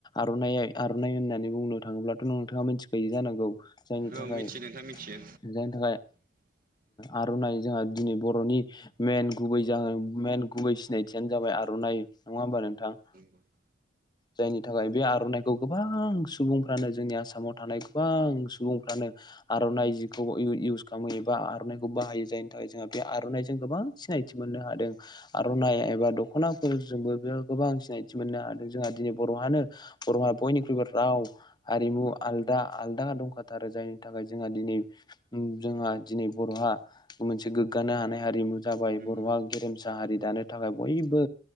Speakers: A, on the left; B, on the right.
A: आर'ना आर'नाइ होननानै बुंनो थाङोब्लाथ' नोंथाङा मिथिखायो जानांगौ जायनि
B: औ
A: थाखाय
B: मिथियो नोंथां मिथियो
A: जायनि थाखाय
B: <unintelligible>
A: आर'नाइ जोंहा दिनै बर'नि मेन गुबै जा मेन गुबै सिनायथियानो जाबाय आर'नाइ नङा होमबा नोंथां?
B: ब <unintelligible>
A: जायनि थाखाय बे आर'नाइखौ गोबां सुबुंफ्रानो जोंनि आसामाव थानाय गोबां सुबुंफ्रानो आर'नाइ जिखौ इवस खालामो एबा आर'नाइखौ बाहायो जायनि थाखाय जोंहा बे आर'नाइजों गोबां सिनायथि मोननो हादों आर'नाइ एबा दख'नाफोरजोंबो बेयाव गोबां सिनाय मोननो हादों जोंहा दिनै बर'आानो बर'हा बयनिख्रुइबो राव हारिमु आलदा आलदा दंखाथारो जायनि थाखाय जोंहा दिनै जोंहा दिनै बर'हा मोनसे गोग्गानो हानाय हमु जाबाय
B: उम
A: बर'आ गेरेमसा हारि दानो थाखाय बयबो